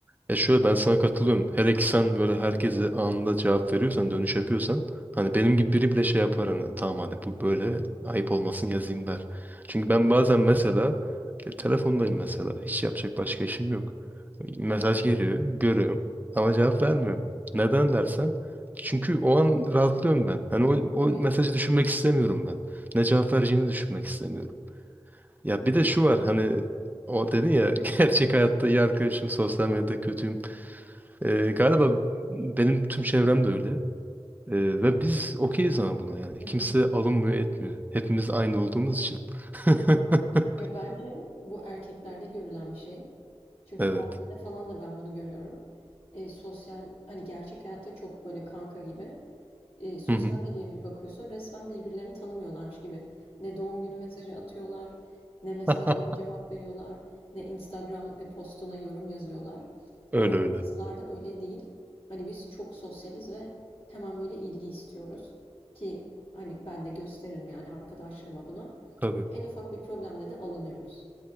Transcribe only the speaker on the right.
Ya şöyle ben sana katılıyorum. Hele ki sen böyle herkese anında cevap veriyorsan, dönüş yapıyorsan hani benim gibi biri bile şey yapar hani tamam hani bu böyle ayıp olmasın yazayım der. Çünkü ben bazen mesela e, telefondayım mesela. Hiç yapacak başka işim yok. Mesaj geliyor, görüyorum ama cevap vermiyorum. Neden dersen çünkü o an rahatlıyorum ben. Hani o,
o mesajı düşünmek istemiyorum ben. Ne cevap vereceğini düşünmek istemiyorum. Ya bir de şu var hani o dedin ya <laughs> gerçek hayatta iyi arkadaşım sosyal medyada kötüyüm. Ee, galiba benim tüm çevrem de öyle. Ee, ve biz okeyiz ama buna yani.
Kimse
alınmıyor etmiyor. Hepimiz aynı olduğumuz için. <laughs>
Evet.
Hı hı.
<laughs>
Öyle öyle.
Tabii.